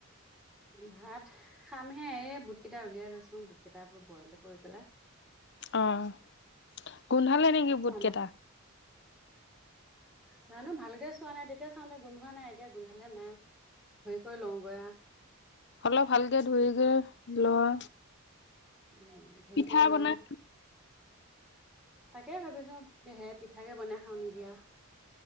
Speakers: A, in the centre; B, on the left.
A: ভাত খামহে এই বুট কেইটা উলিয়াই লৈছোঁ বুট কেইটা বোলো বইল কৰি পেলাই
B: অ', গোন্ধালে নেকি বুট
A: খাম
B: কেইটা।
A: আও জানো ভালকে চোৱা নাই তেতিয়া চাওঁতে গোন্ধোৱা হোৱা নাই এতিয়া গোন্ধালে নাই। <unintelligible> লওঁ গৈয়া।
B: অলপ ভালকৈ ধৰিকৈ লোৱা
A: উ'
B: পিঠা
A: <unintelligible>
B: বনাই
A: তাকে ভাবিছো হে পিঠাকে বনাই খাওঁ নেকি আও।